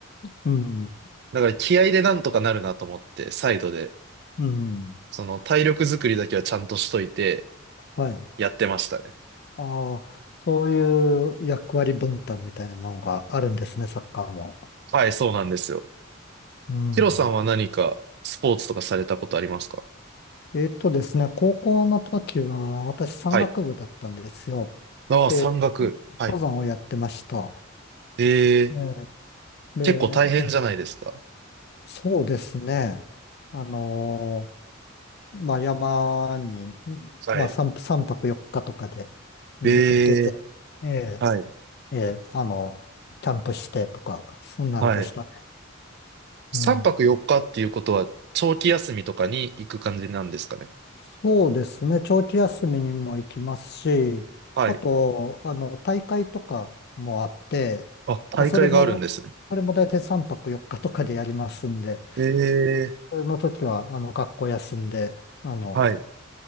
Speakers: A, on the left (about 50°); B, on the right (about 55°).
A: うん。
B: だから気合でなんとかなるなと思って、サイドで、
A: うん。
B: その体力作りだけはちゃんとしといて
A: はい。
B: やってましたね。
A: ああ、そういう役割分担みたいなのがあるんですね、サッカーも。
B: はい、そうなんですよ。
A: うん。
B: ヒロさんは何かスポーツとかされたことありますか
A: えっとですね、高校の時は私山岳部だったんですよ。
B: はい。ああ、
A: で、
B: 山岳。はい。
A: 登山をやってました。
B: えー、
A: ええで、
B: 結構大変じゃないですか
A: そうですね。あのーまあ、山に、ん
B: はい。
A: まあ、3、三泊4日とかで
B: え
A: ん出かけて、ええ
B: ー、はい。
A: ええあの、キャンプしてとか、そんなんでしたね。
B: はい。3泊4日っかっていうことは、
A: うん。
B: 長期休みとかに行く感じなんですかね
A: そうですね。長期休みにも行きますし、
B: はい。
A: あと、あの、大会とかもあって、
B: あ、大会があるんですね。
A: まあ、それも、あれも大体3泊4日とかでやりますんで、
B: え
A: それの時は、あの、学校休んで、あの、
B: ー、はい。